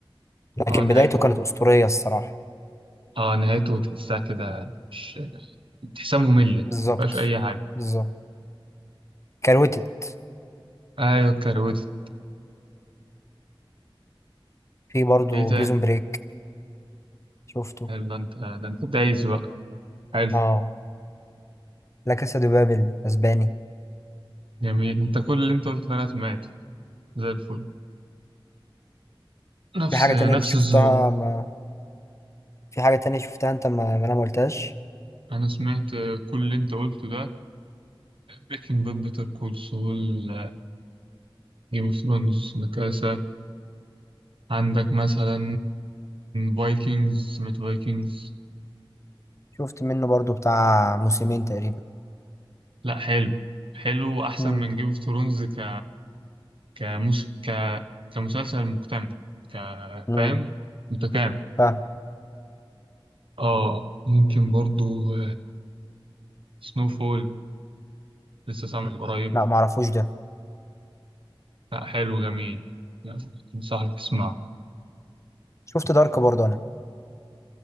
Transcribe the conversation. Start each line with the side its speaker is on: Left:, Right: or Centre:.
Right: اه
Left: لكن
Right: نهايته
Left: بدايته كانت أسطورية الصراحة
Right: اه نهايته تحسها كده مش تحسها ممله
Left: بالظبط
Right: مفيهاش اي حاجه
Left: بالظبط كروتت
Right: ايوه كروت
Left: في برضه
Right: ايه تاني
Left: بريزون بريك شفته
Right: حلو ده انت ده انت دايس بقى حلو
Left: اه لا كاسا دي بابل اسباني
Right: جميل انت كل اللي انت قلته ده انا سمعته زي الفل نفس
Left: في حاجة
Right: نفس
Left: تانية انت شفتها
Right: الذوق
Left: ما في حاجة تانية شفتها انت ما, ما انا ما قلتهاش
Right: انا سمعت كل اللي انت قلته ده بريكنج باد بيتر كول سول جيم اوف ثرونز نكاسة عندك مثلا فايكنجز سمعت فايكنجز
Left: شفت منه برضه بتاع موسمين تقريبا
Right: لا حلو حلو أحسن
Left: امم
Right: من جيم اوف ثرونز ك كمس... ك كمسلسل مكتمل ك
Left: امم
Right: فاهم متكامل
Left: فاهم
Right: اه ممكن برضو سنو فول لسه سامع قريب
Left: لا ما اعرفوش ده
Right: لا حلو جميل يعني انصحك تسمعه
Left: شفت دارك برضه انا